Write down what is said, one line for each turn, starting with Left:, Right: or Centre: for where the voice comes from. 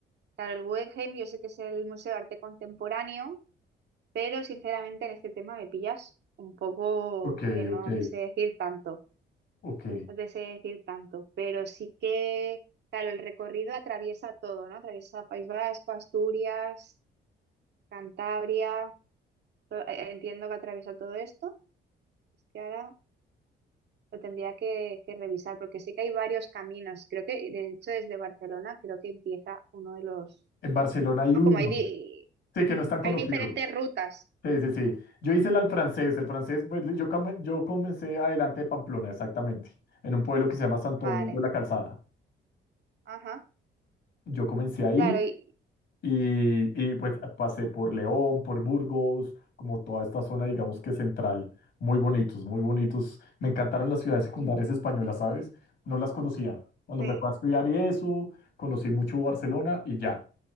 Right: Claro, el Guggenheim yo sé que es el Museo de Arte Contemporáneo, pero sinceramente en este tema me pillas un poco
Left: Ok,
Right: que no
Left: ok,
Right: te sé decir tanto,
Left: ok.
Right: no te sé decir tanto, pero sí que, claro, el recorrido atraviesa todo, ¿no? Atraviesa País Vasco, Asturias, Cantabria, to- eh, eh, entiendo que atraviesa todo esto, es que ahora lo tendría que, que revisar, porque sí que hay varios caminos, creo que, de hecho, desde Barcelona creo que empieza uno de los
Left: En Barcelona hay
Right: Ah,
Left: uno.
Right: como hay, di-
Left: Sí, que no es tan conocido.
Right: hay diferentes rutas.
Left: Sí, sí, sí. Yo hice el al francés. El francés, pues yo, come- yo comencé adelante de Pamplona, exactamente, en un pueblo que se llama Santo
Right: Vale,
Left: Domingo de la Calzada.
Right: ajá,
Left: Yo comencé ahí
Right: claro, y
Left: Y, y, pues pasé por León, por Burgos, como toda esta zona, digamos que central. Muy bonitos, muy bonitos. Me encantaron las ciudades secundarias españolas, ¿sabes? No las conocía. Cuando
Right: sí.
Left: me fui a estudiar y eso, conocí mucho Barcelona y ya.